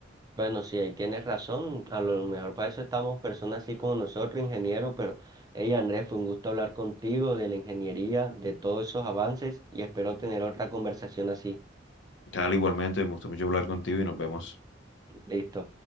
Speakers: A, on the right (about 20°); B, on the left (about 70°).
A: Bueno, sí, ahí tienes razón. A lo mejor para eso estamos personas así como nosotros, ingenieros, pero hey Andrés, fue un gusto hablar contigo de la ingeniería, de todos esos avances, y espero tener otra conversación así.
B: Tal, igualmente, me gustó mucho hablar contigo y nos vemos.
A: Listo.